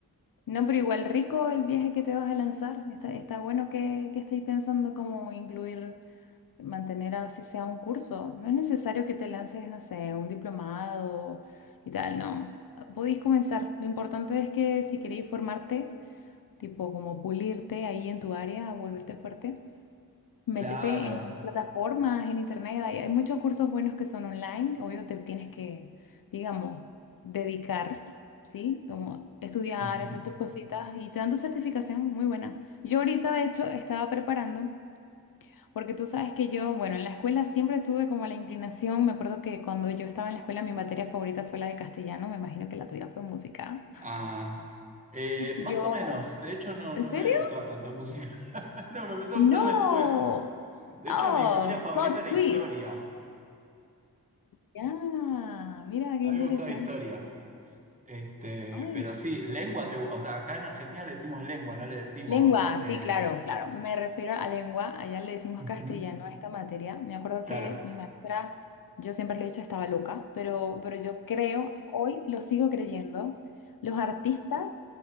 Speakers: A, on the left; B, on the right.
A: No, pero igual rico el viaje que te vas a lanzar. Está, está bueno que, que estéis pensando cómo incluir. mantener así sea un curso. No es necesario que te lances, no sé, un diplomado y tal, no. Podéis comenzar. Lo importante es que si queréis formarte, tipo como pulirte ahí en tu área, volverte fuerte, métete
B: Claro.
A: en plataformas, en internet. Hay, hay muchos cursos buenos que son online. Obvio, te tienes que, digamos, dedicar. ¿Sí? Como estudiar,
B: Ujú.
A: hacer tus cositas y te dan tu certificación muy buena. Yo ahorita, de hecho, estaba preparando. Porque tú sabes que yo, bueno, en la escuela siempre tuve como la inclinación, me acuerdo que cuando yo estaba en la escuela mi materia favorita fue la de castellano, me imagino que la tuya fue música.
B: Ah, eh,
A: Yo,
B: más o menos. De hecho, no,
A: ¿en
B: no me
A: serio?
B: gustaba tanto música. <laughs> No, me empezó a
A: No.
B: gustar después. De
A: Oh,
B: hecho, mi materia favorita
A: plot
B: era
A: twist.
B: historia.
A: Ya, mira qué
B: A
A: interesante.
B: mí me gustaba historia. Este,
A: Ay,
B: pero
A: no.
B: sí, lengua, te- o sea, acá en Argentina le decimos lengua, no le decimos,
A: Lengua,
B: eh,
A: sí, claro, claro. Me refiero a lengua. Allá le decimos
B: ujú,
A: castellano a esta materia. Me acuerdo
B: claro.
A: que mi maestra, yo siempre le he dicho estaba loca, pero, pero yo creo, hoy lo sigo creyendo, los artistas